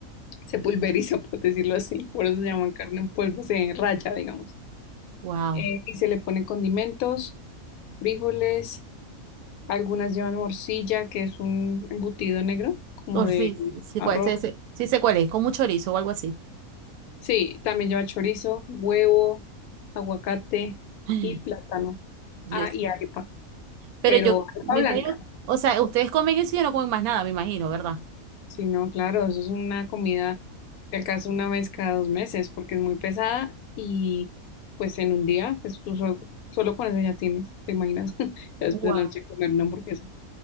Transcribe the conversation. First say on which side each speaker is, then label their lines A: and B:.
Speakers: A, on the left; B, on the right.
A: se pulveriza, <laughs> por decirlo así, por eso se llama carne en polvo, se raya, digamos.
B: Wow.
A: Eh, y se le ponen condimentos, frijoles, algunas llevan morcilla, que es un embutido negro, como de
B: sí, sí,
A: arroz.
B: cuál- sí, sí, sí sé cuál es, con mucho chorizo o algo así.
A: Sí, también lleva chorizo, huevo, aguacate
B: <gasps>
A: y plátano.
B: <sighs> Dios.
A: Ah, y arepa,
B: Pero
A: pero
B: yo
A: arepa
B: me
A: blanca.
B: imagino, o sea, ustedes comen eso y ya no comen más nada, me imagino, ¿verdad?
A: Sí, no, claro, eso es una comida que alcanza una vez cada dos meses porque es muy pesada y pues en un día, pues tú so- solo con eso ya tienes, ¿te imaginas? <laughs> Ya después
B: Wow,
A: de la noche comer una hamburguesa.